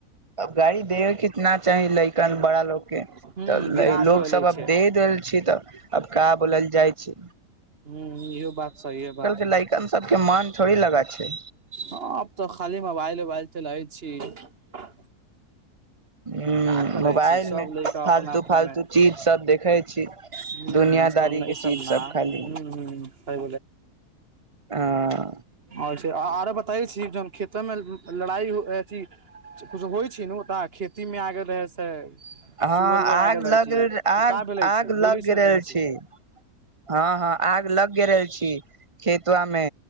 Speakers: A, on the right; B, on the right.
A: गाड़ी देे के ना चाहे लइक कन बड़ा लोग के
B: हूं
A: त
B: गिरा
A: लोग
B: देबै
A: सब
B: लै
A: अब
B: छै
A: दे देल छै त अब का बोलल जाय छी।
B: हुं इहो बात सहिए बा
A: लैकन सबके मन थोड़ी लगा छै
B: हँ अब त खाली मोबाइल उबाइल चलैब दै छी।
A: हुं
B: का करै
A: मोबाइलमे
B: छी सब लैका
A: फालतू
B: अपना अपना
A: फालतू
B: मे
A: चीजसब देखै छी
B: हूं
A: दुनियादारीके
B: सब ई सब
A: चीजसभ
B: ना
A: खाली।
B: हूं हूं सही
A: हां।
B: आर छै आरो बताबै छी जन खेतो मे लड़ाई हो अथि कुछु होइ छै न ओ त खेती मे आ गेल रहै से
A: हँ
B: सुअर उअर
A: आग
B: आ गेल
A: लग
B: रहै छी
A: आग
B: तऽ का भेलै
A: आग
B: छी बोली
A: लग
B: हम
A: रहल
B: सुनै
A: छी। हँ हँ आग लग गेल रहल छी खेतबा मे।